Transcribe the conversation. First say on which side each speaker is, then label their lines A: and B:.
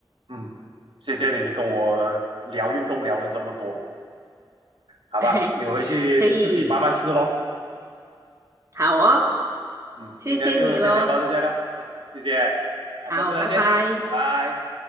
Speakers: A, on the right; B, on the right.
A: 嗯，谢谢你跟我聊运动聊了这么多，
B: <laughs>
A: 好吧，
B: 嘿，
A: 你回去自己慢慢试咯。
B: 可以，好哦，
A: 嗯，
B: 谢谢你喽，
A: 今天就先聊到这些了。嗯，谢谢，啊，
B: 好，
A: 下次再见，
B: 拜拜。
A: 拜拜。